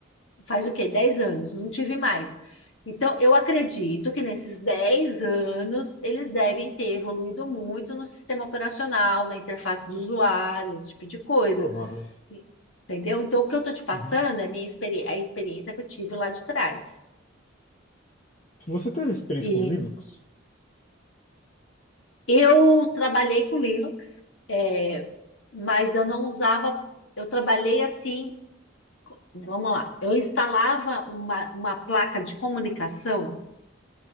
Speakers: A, on the left; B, on the left.
A: Faz o quê? dez anos, não tive mais. Então, eu acredito que nesses 10 anos eles devem ter evoluído muito no sistema operacional, na interface do usuário, esse tipo de coisa.
B: Provável.
A: E- Entendeu? Então, o que eu estou te passando
B: Uhum.
A: é a minha experi é a experiência que eu tive lá de trás.
B: Se você teve experiência
A: E
B: com Linux,
A: eu trabalhei com Linux, é, mas eu não usava. Eu trabalhei assim Vamos lá. Eu instalava uma, uma placa de comunicação